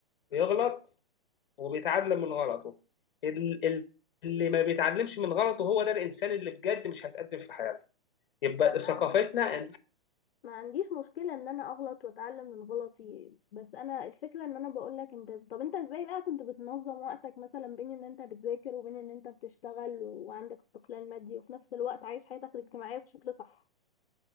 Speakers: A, on the left; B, on the left.
A: بيغلط وبيتعلم من غلطه ال- ال- اللي ما بيتعلمش من غلطه هو ده الانسان اللي بجد مش هتقدم في حياته يبقى
B: فما
A: ثقافتنا
B: عندي
A: ان
B: ما عنديش مشكلة ان انا اغلط واتعلم من غلطي بس انا الفكرة ان انا بقولك انت طب انت ازاي بقى كنت بتنظم وقتك مثلا بين ان انت بتذاكر وبين ان انت بتشتغل وعندك استقلال مادي وفي نفس الوقت عايش حياتك الاجتماعية بشكل صح